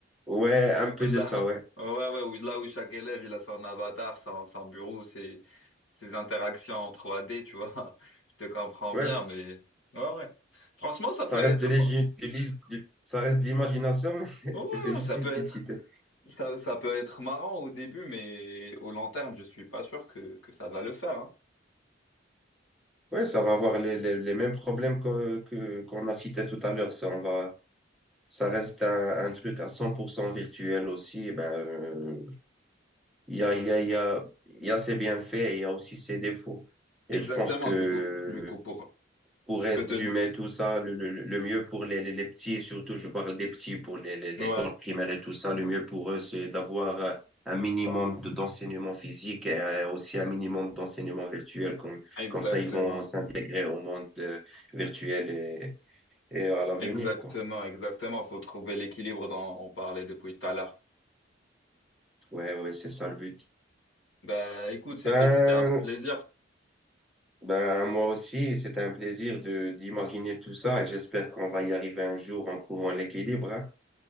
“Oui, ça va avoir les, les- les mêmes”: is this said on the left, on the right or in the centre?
Centre